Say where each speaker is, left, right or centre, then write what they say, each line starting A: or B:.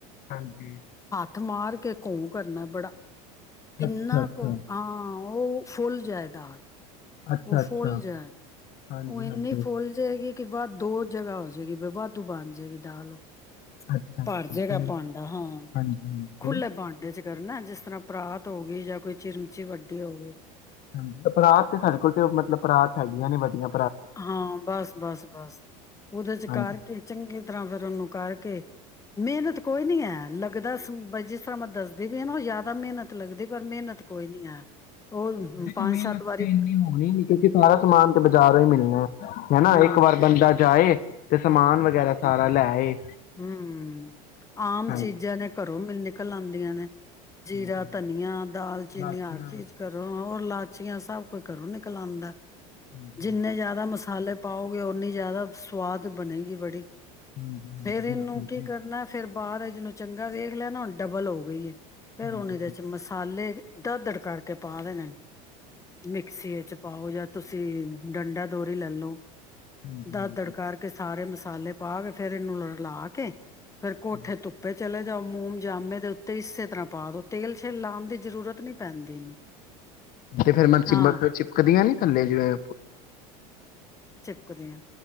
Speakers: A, on the left (about 50°); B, on the left (about 15°).
A: ਹਾਂਜੀ
B: ਥ ਮਾਰ ਕੇ ਘੋਂ ਕਰਨਾ ਬੜਾ ਇਹਨਾ
A: ਅੱਛਾ ਅੱਛਾ
B: ਕੁ ਆ ਉਹ ਫੁੱਲ ਜਾਇਦਾ
A: ਅੱਛਾ
B: ਉਹ ਫੁੱਲ
A: ਅੱਛਾ
B: ਜਾਏ
A: ਹਾਂਜੀ
B: ਉਹ ਇੰਨੀ
A: ਹਾਂਜੀ
B: ਫੁੱਲ ਜਾਏਗੀ ਕਿ ਵਾਧ ਦੋ ਜਗ੍ਹਾ ਹੋ ਜਾਏਗੀ ਵਾਧੂ ਬਣ ਜਾਏਗੀ ਦਾਲ
A: ਅੱਛਾ
B: ਭਰ
A: ਅੱਛਾ
B: ਜੇਗਾ
A: ਫੇਰ
B: ਪਾਂਡਾ ਹਾਂ
A: ਹਾਂਜੀ ਹਾਂਜੀ ਫੇਰ
B: ਖੁੱਲੇ ਪਾਂਡੇ ਚ ਕਰਨਾ ਜਿਸ ਤਰ੍ਹਾਂ ਪਰਾਤ ਹੋ ਗਏ ਜਾਂ ਕੋਈ ਚਿਰਮਚੀ ਵੱਡੀ ਹੋ ਗਈ
A: ਹਾਂਜੀ ਪਰਾਤ ਤੇ ਸਾਡੇ ਕੋਲ ਤੇ ਮਤਲਬ ਪਰਾਤ ਹੈਗੀਆਂ ਨੇ ਵਡਇਆ
B: ਹਾਂ ਬਸ ਬਸ ਬਸ ਉਹਦੇ ਚ
A: ਹਾਂਜੀ
B: ਕਰਕੇ ਚੰਗੀ ਤਰ੍ਹਾਂ ਫੇਰ ਉਹਨੂੰ ਕਰਕੇ ਕੇ ਮਿਹਨਤ ਕੋਈ ਨੀ ਹੈ ਲੱਗਦਾ ਬ ਜਿਸ ਤਰ੍ਹਾਂ ਮੈਂ ਦੱਸਦੀ ਵੀ ਹੈ ਨਾ ਉਹ ਜ਼ਿਆਦਾ ਮਿਹਨਤ ਲੱਗਦੀ ਪਰ ਮਿਹਨਤ ਕੋਈ ਨੀ ਹੈ ਉਹ
A: ਦੇਖੋ
B: ਪੰਜ
A: ਮਿਹਨਤ
B: ਸੱਤ ਵਾਰੀ
A: ਤੇ ਇਨੀ ਹੋਣੀ ਨੀ ਕਿਉਂਕਿ ਸਾਰਾ ਸਮਾਨ ਤੇ ਬਾਜ਼ਾਰ ਹੀ ਮਿਲਣਾ ਹਨਾ
B: ਹਾਂ
A: ਇੱਕ ਵਾਰ ਬੰਦਾ ਜਾਏ ਤੇ ਸਮਾਨ ਵਗੈਰਾ ਸਾਰਾ ਲੈ ਆਏ
B: ਹਮ ਆਮ
A: ਹਾਂਜੀ
B: ਚੀਜ਼ਾਂ ਨੇ ਕਰ ਰੋ ਮਿਲ ਨਿਕਲ ਆਉਂਦੀਆਂ ਨੇ
A: ਹਾਂਜੀ
B: ਜੀਰਾ ਧਨੀਆ ਦਾਲਚੀਨੀ
A: ਲਾਚੀਆਂ
B: ਹਰ ਚੀਜ਼ ਕਰੋ ਹੋਰ ਲਾਚੀਆਂ ਸਭ ਕੋਈ ਘਰੋਂ ਨਿਕਲ ਆਉਂਦਾ
A: ਹਾਂਜੀ
B: ਜਿੰਨੇ
A: ਹਾਂਜੀ
B: ਜਿਆਦਾ ਮਸਾਲੇ ਪਾਓਗੇ ਓਨੀ ਜ਼ਿਆਦਾ ਸਵਾਦ ਬਣੇਗੀ ਬੜੀ
A: ਹਾਂਜੀ ਹਾਂਜੀ
B: ਫੇਰ
A: ਬਿਲਕੁਲ
B: ਇਹਨੂੰ
A: ਜੀ
B: ਕੀ ਕਰਨਾ ਫੇਰ ਬਾਹਰ ਜਿਹਨੂੰ ਚੰਗਾ ਦੇਖ ਲਿਆ ਨਾ ਹੁਣ ਡਬਲ ਹੋ ਗਈ ਏ ਫੇਰ
A: ਹਾਂਜੀ
B: ਉਹੁਣ ਇਹਦੇ ਚ ਮਸਾਲੇ ਦਰਦੜ ਕਰਕੇ ਪਾ ਦੇਣੇ ਮਿਕਸੀ ਚ ਪਾਓ ਜਾਂ ਤੁਸੀਂ ਡੰਡਾ ਦੋਰੀ ਲੈਲੋ
A: ਹਾਂਜੀ
B: ਦ
A: ਹਾਂਜੀ
B: ਦੜਕਾ ਕੇ ਸਾਰੇ ਮ ਮਸਾਲੇ ਪਾ ਕੇ ਫਿਰ ਫਿਰ ਏਨੂੰ ਰਲਾ ਕੇ ਫੇਰ ਕੋਠੇ
A: ਹਾਂਜੀ
B: ਧੁੱਪੇ ਚਲੇਗੇ ਜਾਂ ਮੋਮ ਜਾਮੇ ਦੇ ਉੱਤੇ ਇਸੇ ਤਰ੍ਹਾਂ ਪਾ ਦੋ ਤੇਲ ਸ਼ੇਲ ਲਾਉਣ ਦੀ ਜ਼ਰੂਰਤ ਨਹੀਂ ਪੈਂਦੀ ਇਹਨੂੰ
A: ਤੇ ਫੇਿਰ ਮੈਂ ਚਿਬਕ
B: ਹਾਂ
A: ਚਿਪਕਦੀ ਹ ਨੀ ਥੱਲੇ ਜਿਵੇਂ
B: ਕੁਦੇ ਹਾਂ